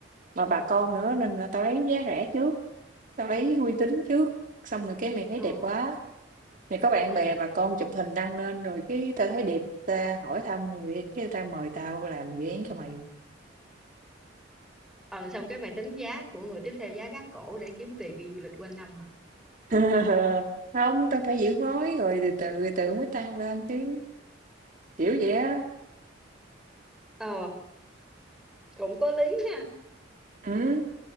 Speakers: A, on the right; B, in the centre.
A: mà bà con nữa nên là tao lấy giá rẻ trước tao lấy uy tín trước xong rồi cái mày thấy
B: ờ
A: đẹp quá Này có bạn
B: ừ
A: bè bà con chụp hình đăng lên rồi cái tao thấy đẹp ta hỏi thăm rồi đi, cái ta mời tao làm dự án cho mày
B: ừ xong cái mày tính giá của người tiếp theo giá gác cổ để kiếm tiền đi du lịch quanh năm hả
A: <laughs> không tao phải giữ mối rồi từ từ từ mới tăng lên chứ kiểu vậy á
B: Ờ, cũng có lý ha.
A: ừ.